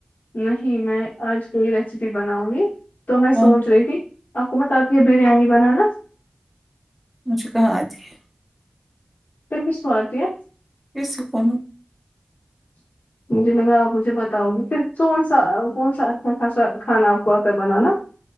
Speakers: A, on the left; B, in the centre.
A: نہیں میں آج کوئی ریسیپی بناؤں گی تو
B: کون
A: میں سوچ رہی تھی آپ کو مت آتی ہے بریانی بنانا
B: مجھے کہاں آتی ہے
A: پھر کس کو اتی ہے
B: کسی کو نہیں
A: مجھے لگا آپ مجھے بتاؤ گے پھر کون سا کون سا اچھا خاصا کھانا آپ کو آتا ہے بنانا